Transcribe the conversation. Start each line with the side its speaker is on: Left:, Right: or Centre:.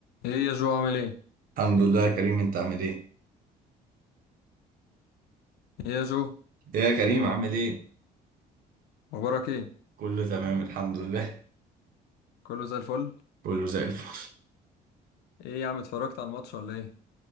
Left: ايه يا جو عامل ايه؟
Right: الحمد لله يا كريم انت عامل ايه؟
Left: ايه يا جو
Right: ايه يا كريم عامل ايه؟
Left: اخبارك ايه؟
Right: كله تمام الحمد لله
Left: كله زي الفل؟
Right: كله زي الفل
Left: ايه يا عم اتفرجت على الماتش ولا ايه؟